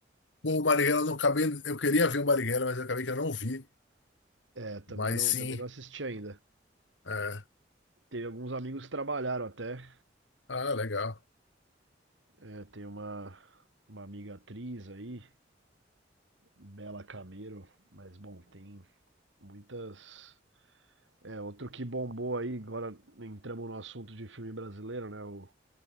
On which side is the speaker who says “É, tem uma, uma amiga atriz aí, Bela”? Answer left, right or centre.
Right